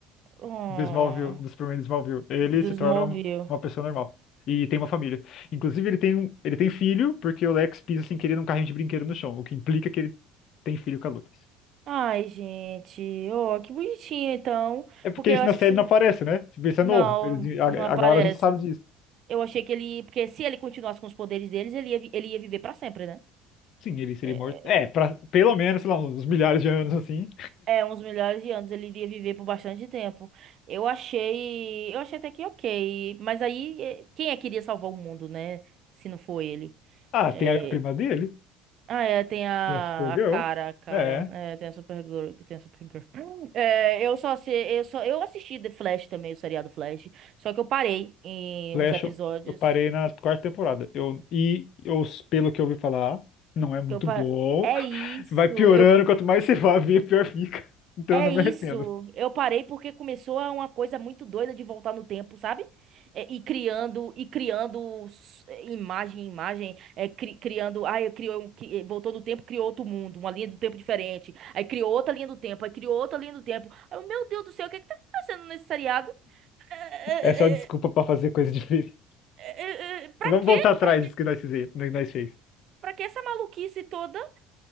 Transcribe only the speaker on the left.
do Smallville, do Superman de Smallville. Ele
se torna uma uma pessoa normal. E tem uma família. Inclusive, ele tem, um- ele tem filho, porque o Lex pisa sem querer num carrinho de brinquedo no chão, o que implica que ele tem filho com a Lois.
É porque
isso
na série
não aparece, né? Tipo, isso é
novo. Eles- a-
agora a gente sabe disso.
Sim, ele seria
morto. É, pra, pelo menos, sei lá, uns milhares de anos assim.
Ah,
tem a prima dele?
Tem a Supergirl.
É.
Flash,
eu, eu parei na quarta temporada. Eu, e eu, pelo que eu ouvi falar, não é muito
bom.
Vai piorando,
quanto mais você vai ver, pior fica. Então
eu não
me arrependo.
É só desculpa
pra fazer coisa difícil.
Vamos
voltar atrás
disso que nós fizemos, que nós fez.